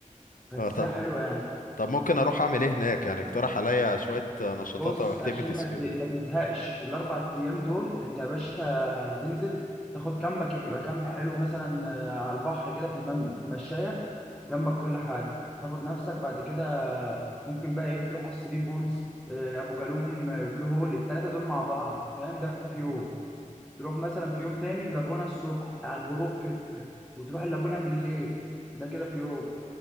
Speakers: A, in the centre; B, on the left.
A: بس
B: اه طب
A: هي حلوه يعني
B: طب ممكن اروح اعمل ايه هناك يعني اقترح عليا شوية نشاطات
A: بص
B: او اكتيفيتيز
A: عشان ما
B: كده
A: ت- ما تزهقش في الاربع ايام دول انت يا باشا هتنزل تاخد كامبك يبقى كامب حلو مثلا آه، على البحر كده في المم... في المشايه جنبك كل حاجه تاخد نفسك بعد كده ممكن بقى ايه تروح الثري بولز آه، ابو جالوم آه، بلو هول الثلاثه دول مع بعض فاهم ده في يوم تروح مثلا في يوم تاني اللاجونه الصبح على الغروب وتروح اللاجونة بالليل ده كده في يوم